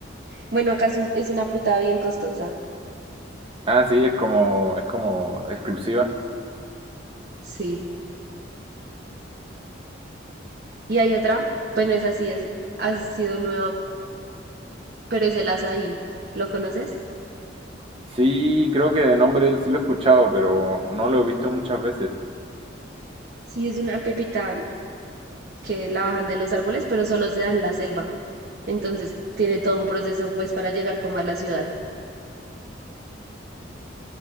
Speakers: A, on the right; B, on the right.
A: Bueno, acá es, un- es una fruta bien costosa.
B: Ah, sí, es como, es como exclusiva.
A: Sí. Y hay otra, bueno, es así, es, ha sido nueva, pero es el azaí. ¿Lo conoces?
B: Sí, creo que de nombre él sí lo he escuchado, pero no lo he visto muchas veces.
A: Sí, es una pepita que la bajan de los árboles, pero solo se da en la selva. Entonces tiene todo un proceso pues para llegar como a la ciudad.